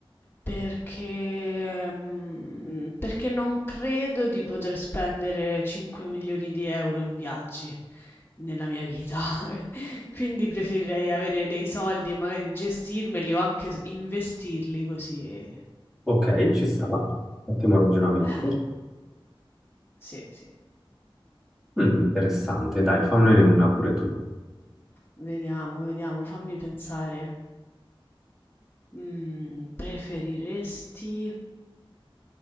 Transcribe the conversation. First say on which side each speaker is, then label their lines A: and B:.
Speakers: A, on the left; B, in the centre.
A: Perché mhmm, perché non credo di poter spendere 5.000.000 € in viaggi nella mia vita. <laughs> Quindi preferirei avere dei soldi e magari gestirmeli o anche s investirli così eh.
B: Ok, ci sta. Ottimo ragionamento.
A: Eh, sì, sì.
B: Mm, interessante. Dai, fammene una pure tu.
A: Vediamo, vediamo, fammi pensare. Mhmm, preferiresti